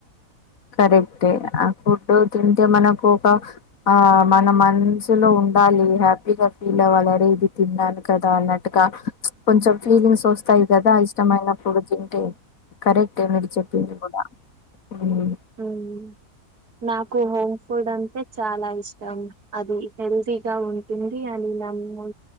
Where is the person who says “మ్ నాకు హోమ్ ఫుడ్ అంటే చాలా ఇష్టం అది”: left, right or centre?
Right